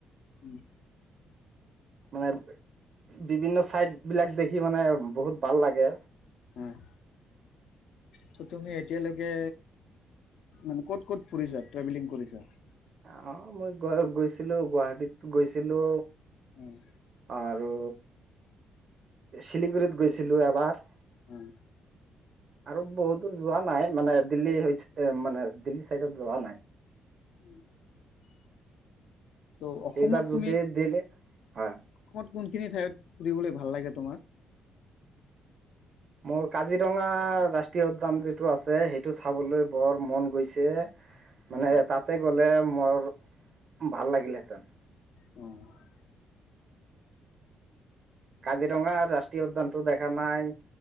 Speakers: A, on the left; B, on the right.
A: উম',
B: মানে, বিভিন্ন চাইড বিলাক দেখি, মানে বহুত বাল লাগে।
A: হয়। ত', তুমি এতিয়ালৈকে মানে ক'ত, ক'ত ফুৰিছা, ট্ৰেভেলিং কৰিছা?
B: আ', মই গৈ-গৈছিলো। গুৱাহাটীত গৈছিলো।
A: উম',
B: আৰু শিলিগুৰিত গৈছিলো। এবাৰ,
A: উম',
B: আৰু বহুত দূৰ যোৱা নাই, মানে দিল্লী, <unintelligible> মানে দিল্লী চাইডত যোৱা নাই।
A: <unintelligible> ত' অসমত
B: এইবাৰ
A: তুমি
B: যদি দিলে, <unintelligible>
A: <unintelligible> কোনখিনি ঠাইত, ফুৰিবলৈ ভাল লাগে, তোমাৰ?
B: মোৰ, কাজিৰঙা ৰাষ্ট্ৰীয় উদ্যান যিটো আছে। সেইটো চাবলৈ বৰ মন গৈছে।
A: উম,
B: মানে তাতে গ'লে, মোৰ ভাল লাগিলেহেঁতেন।
A: অ',
B: কাজিৰঙাৰ ৰাষ্ট্ৰীয় উদ্যানটো, দেখা নাই।